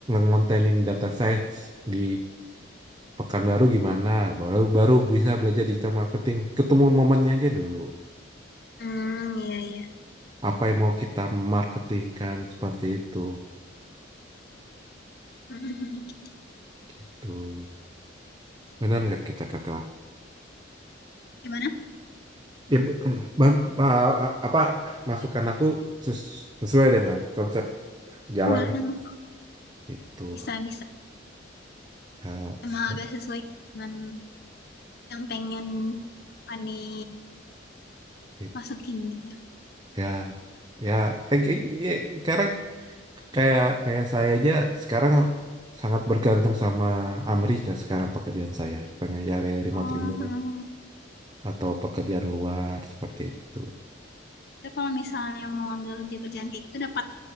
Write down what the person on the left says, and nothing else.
Hmm, iya iya.
<laughs> Mhm.
Gimana?
Wah, hmm,
bisa bisa.
Emang agak sesuai dengan yang pengen Ani
masukin gitu ya.
Mhm.
Itu kalau misalnya mau ambil kerja-kerjaan kayak gitu dapat